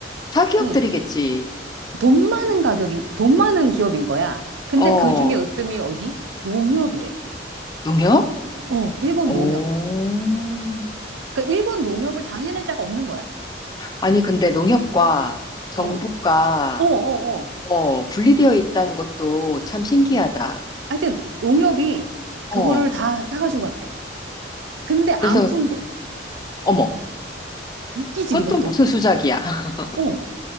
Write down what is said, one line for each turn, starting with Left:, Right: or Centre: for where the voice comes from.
Left: 사기업들이겠지.
Right: 응. 돈 많은 가격인, 돈 많은 기업인 거야. 근데
Left: 어,
Right: 그 중에 으뜸이 어디? 농협이래.
Left: 농협?
Right: 어, 일본
Left: 오.
Right: 농협. 그러니까 일본 농협을 당해낼 자가 없는 거야.
Left: 아니, 근데 농협과 정부가,
Right: 어, 어, 어, 어.
Left: 어, 분리되어 있다는 것도 참 신기하다.
Right: 음. 하여튼 농협이
Left: 어,
Right: 그거를 다 사가지고 갔대. 근데
Left: 그래서,
Right: 안 푼대.
Left: 어머,
Right: 웃기지,
Left: 그건
Right: 그것도.
Left: 또 무슨 수작이야. <laughs>
Right: 어,